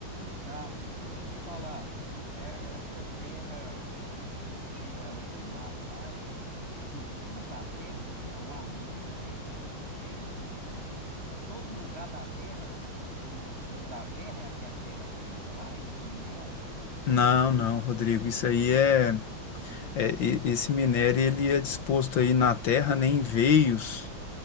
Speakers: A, on the right; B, on the left.
A: Tá, e deixa eu te falar, é essa terra que eu vejo que eles tiram ela do mato lá, é, é do fundo da terra, assim, é uma mina, né? Eles tiram bem lá do fundo. Em todo lugar da terra, no fundo da terra, é aqui a terra preta lá, esse minério?
B: Não, não, Rodrigo, isso aí é. É, e- esse minério ele é disposto aí na terra, né, em veios,